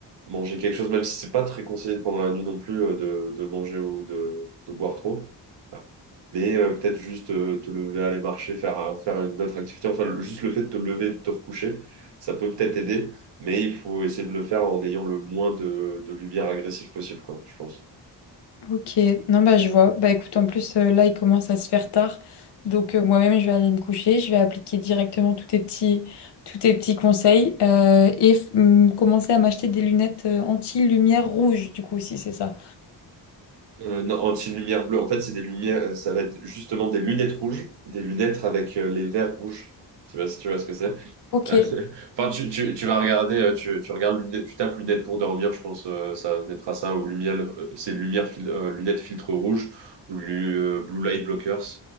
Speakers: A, on the right; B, on the left.
A: manger quelque chose, même si c'est pas très conseillé pendant la nuit non plus euh, de, de manger ou de, de boire trop. Voilà. Mais euh, peut-être juste euh, te lever, aller marcher, faire, euh, faire une autre activité. Enfin, le- juste le fait de te lever et de te recoucher, ça peut peut-être aider, mais il faut essayer de le faire en ayant le moins de, de lumière agressive possible, quoi, je pense.
B: Ok, non, bah, je vois. Bah, écoute, en plus, euh, là, il commence à se faire tard. Donc, euh, moi-même, je vais aller me coucher. Je vais appliquer directement tous tes petits, tous tes petits conseils euh, et f- hum, commencer à m'acheter des lunettes euh, anti-lumière rouge, du coup, si c'est ça.
A: Euh, non, anti-lumière bleue, en fait, c'est des lumières, euh, ça va être justement des lunettes rouges, des lunettes avec euh, les verres rouges. Je sais pas si tu vois ce que c'est. <laughs>
B: Ok,
A: Ah, c'est- Enfin, tu, tu, tu vas regarder, euh, tu, tu regardes lunettes, tu tapes lunettes pour dormir, je pense, euh, ça mettra ça aux lumières, euh, c'est lumière fil- euh, lunettes filtre rouge, ou lu- euh, blue light blockers.